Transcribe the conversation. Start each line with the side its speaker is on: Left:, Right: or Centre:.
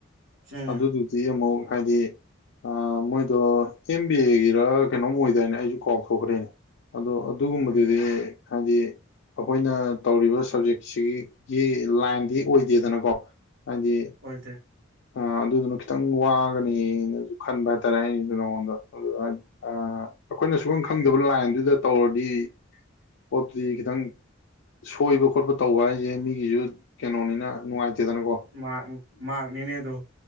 Right: ꯎꯝ
Left: ꯑꯗꯨꯗꯨꯗꯤ ꯑꯃꯨꯛ ꯍꯥꯏꯗꯤ꯫ ꯑ ꯃꯣꯏꯗꯣ ꯑꯦꯝ ꯕꯤ ꯑꯦꯒꯤꯔ ꯀꯩꯅꯣꯝ ꯑꯣꯏꯗꯥꯏꯅꯦ ꯑꯩꯁꯨ ꯀꯥꯎꯊꯣꯛꯈ꯭ꯔꯦꯅꯦ꯫ ꯑꯗꯣ ꯑꯗꯨꯒꯨꯝꯕꯗꯨꯗꯤ
Right: ꯎꯝ
Left: ꯍꯥꯏꯗꯤ ꯑꯩꯈꯣꯏꯅ ꯇꯧꯔꯤꯕ ꯁꯕꯖꯦꯛꯁꯤ ꯒꯤ ꯂꯥꯏꯟꯗꯤ ꯑꯣꯏꯗꯦꯗꯅꯀꯣ ꯍꯥꯏꯗꯤ꯫
Right: ꯑꯣꯏꯗꯦ꯫
Left: ꯑ ꯑꯗꯨꯗꯨꯅ ꯈꯤꯇꯪ ꯋꯥꯒꯅꯤꯅꯁꯨ ꯈꯟꯕ ꯍꯥꯏꯇꯥꯔꯦ ꯑꯩꯅꯁꯨ ꯅꯉꯣꯟꯗ ꯑꯗꯨꯗ ꯑꯩꯈꯣꯏꯅ ꯁꯨꯛꯈꯪ ꯈꯪꯗꯕ ꯂꯥꯏꯟꯗꯨꯗ ꯇꯧꯔꯗꯤ꯫ ꯄꯣꯠꯇꯨꯗꯤ ꯈꯤꯇꯪ ꯁꯣꯏꯕ ꯈꯣꯠꯄ ꯇꯧꯕ ꯍꯥꯏꯁꯦ ꯃꯤꯒꯤꯁꯨ ꯀꯩꯅꯣꯅꯤꯅ ꯅꯨꯡꯉꯥꯏꯇꯦꯗꯅꯀꯣ꯫
Right: ꯃꯥꯛ ꯃꯥꯛꯅꯤꯅꯦ ꯑꯗꯣ꯫